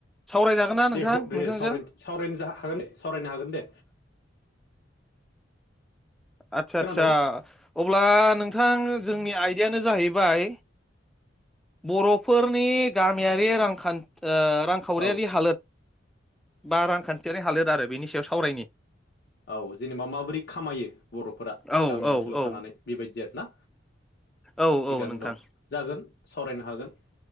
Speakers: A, in the centre; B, on the left.
A: सावरायजागोन ना नोंथां
B: दे ह दे
A: नोंथांजों
B: सावरायनोसै सावरायनो जा हागोन दे सावरायनो हागोन दे
A: आदसा
B: खोनादों
A: आदसा अब्ला नोंथां जोंनि आयदायानो जाहैबाय बर'फोरनि गामियारि रांखान ओ रां खावरियारि
B: औ
A: हालोद बा रांखान्थियारि हालोद आरो बेनि सायाव सावरायनि
B: औ जेनेबा माबोरै खामायो बरफोरा
A: औ
B: गामि
A: औ
B: ओनसोलाव
A: औ
B: थानानै बेबायदि आरोना
A: औ
B: थिगानो
A: औ नोंथां
B: दं जागोन सावरायनो हागोन